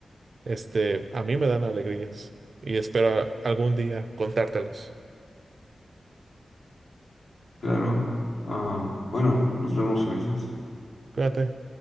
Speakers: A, on the right; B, on the left.
A: este, a mí me dan alegrías y espero algún día contártelos.
B: Claro. Ah, bueno, nos vemos, Ulises.
A: Cuídate.